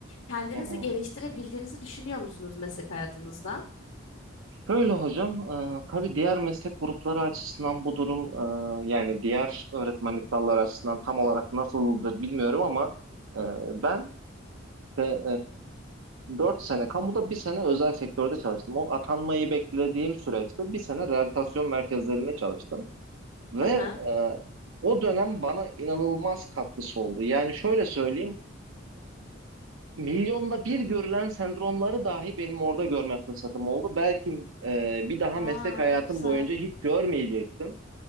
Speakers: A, on the left; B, on the right.
A: Kendinizi
B: hı hı.
A: geliştirebildiğinizi düşünüyor musunuz meslek hayatınızda?
B: Şöyle hocam, e, tabii diğer meslek grupları açısından bu durum e, yani diğer öğretmenlik dalları açısından tam olarak nasıldır bilmiyorum ama e, ben de, e, 4 sene kamuda bir sene özel sektörde çalıştım. O atanmayı beklediğim süreçte bir sene rehabilitasyon merkezlerinde çalıştım ve
A: Aha.
B: e, o dönem bana inanılmaz katkısı oldu. Yani şöyle söyleyeyim, Milyonda bir görülen sendromları dahi benim orada görme fırsatım oldu. Belki e, bir daha
A: Aa
B: meslek hayatım
A: ne güzel.
B: boyunca hiç görmeyecektim.